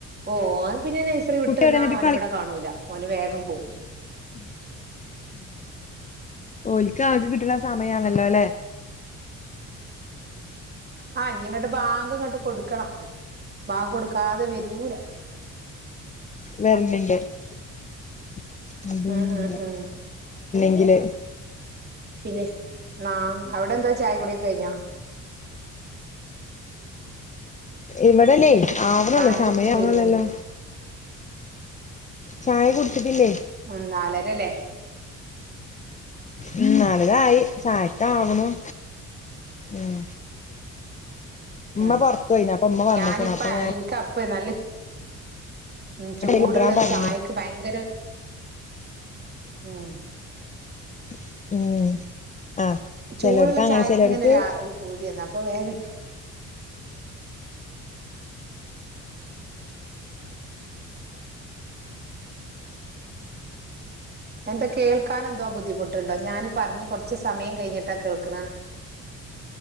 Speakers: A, on the right (about 35°); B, on the left (about 25°).
A: ഓ ഓൻ പിന്നെ നഴ്സറി വിട്ടന്നാ
B: കുട്ടി എവിടെ എന്നിട്ട്
A: ഓനെ ഇവടെ കാണൂല ഓന് വേഗം പോവും
B: ഉം ആ ഓല്ക്ക് ആകെ കിട്ടണ സമയാണല്ലോ ല്ലെ
A: ആ ഇഞ്ഞ് ഇങ്ങട്ട് ബാങ്ക് ഇങ്ങട്ട് കൊടുക്കണം വാങ്കോടുക്കാതെ വരൂല
B: വര്ലില്ലെ <unintelligible>
A: ഉം ഉം ഉം
B: വര്നെങ്കില്
A: പിന്നെ ആഹ് അവിടെന്താ ചായ കുടി ഒക്കെ കഴിഞ്ഞോ
B: ഇവിടല്ലേ ആവ്ണള്ളു
A: ചായ
B: സമയ
A: കുടിച്ച് കഴിഞ്ഞോയ്ക്ക
B: ആവ്ണള്ളല്ലോ ചായ കുടിച്ചിട്ടില്ലേ
A: മം നാലര ലെ
B: ഉം നാരോയി ചായക്കാവണം ഉം ഉമ്മ
A: അഹ്
B: പുറത്തു പോയിന് അപ്പൊ ഉമ്മ വന്നക്കണു
A: ഞാനിപ്പ
B: അപ്പൊ
A: അ
B: ഞാൻ
A: ഇൻക്ക് അ പ്പെ നല്ലെ ഉം ചൂടുള്ള
B: കൊണ്ടരാൻ
A: ഒരു
B: പറഞ്ഞു
A: ചായക്ക് ഭയങ്കര ഊം
B: ഉം ആഹ്
A: ചൂടുള്ള
B: ചിലർക്ക് അങ്ങനെ
A: ചായക്കിങ്ങനൊരു
B: ചിലർക്ക്
A: ആ ഒരു പൂതി വന്ന് അപ്പൊ വേഗ എന്താ കേൾക്കാൻ എന്തോ ബുദ്ധിമുട്ടുണ്ടോ ഞാൻ പറഞ്ഞ് കുറച്ച് സമയം കഴിഞ്ഞിട്ടാ കേൾക്കണത്